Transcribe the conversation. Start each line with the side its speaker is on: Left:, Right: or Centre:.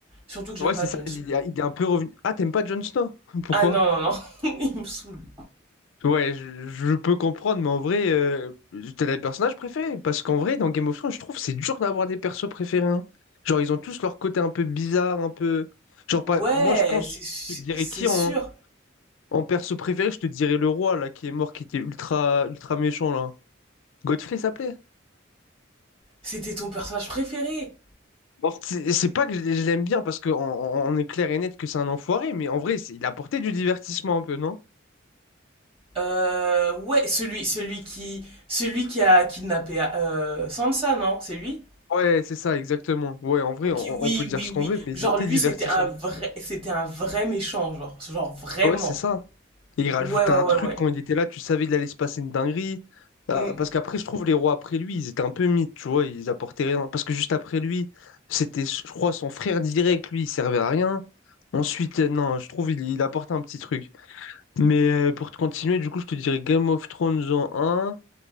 Right: Surtout que
Left: Ouais,
Right: j'aime
Left: c'est
Right: pas
Left: ça,
Right: Jon
Left: il
Right: Snow.
Left: est, il est un peu revenu. Ah, t'aimes pas Jon Snow? <laughs> Pourquoi?
Right: Ah non, non, non. <laughs> Il me saoule.
Left: Ouais, je, je peux comprendre, mais en vrai, euh, t'as des personnages préférés. Parce qu'en vrai, dans Game of Thrones, je trouve que c'est dur d'avoir des persos préférés. hein. Genre, ils ont tous leur côté un peu bizarre, un peu. Genre, pas...
Right: Ouais,
Left: moi, je pense,
Right: c'est su-
Left: je te dirais
Right: c'est
Left: qui
Right: sûr.
Left: en, en perso préféré? Je te dirais le roi, là, qui est mort, qui était ultra, ultra méchant, là. Godfrey s'appelait?
Right: C'était ton personnage préféré.
Left: En fait, c'est c'est pas que je je l'aime bien, parce qu'on on on est clair et net que c'est un enfoiré, mais en vrai, c'est- il apportait du divertissement un peu, non?
Right: Euh, ouais, celui, celui qui, celui qui a kidnappé euh, Sansa, non? C'est lui?
Left: Ouais, c'est ça, exactement. Ouais, en vrai,
Right: Ok,
Left: on,
Right: oui,
Left: on peut dire
Right: oui,
Left: ce
Right: oui.
Left: qu'on veut, mais il
Right: Genre
Left: était
Right: lui,
Left: divertissant.
Right: c'était un vrai, c'était un vrai méchant, genre, genre vraiment.
Left: Ouais, c'est ça. Et il rajoutait
Right: Ouais, ouais,
Left: un
Right: ouais,
Left: truc
Right: ouais.
Left: quand il était là, tu savais qu'il allait se passer une dinguerie. Ah,
Right: Mm.
Left: Parce qu'après, je trouve les rois après lui, ils étaient un peu mythes, tu vois, ils apportaient rien. Parce que juste après lui, c'était, je crois, son frère direct, lui, il servait à rien. Ensuite, euh, non, je trouve il, il apportait un petit truc. Mais euh, pour te continuer, du coup, je te dirais Game of Thrones en un,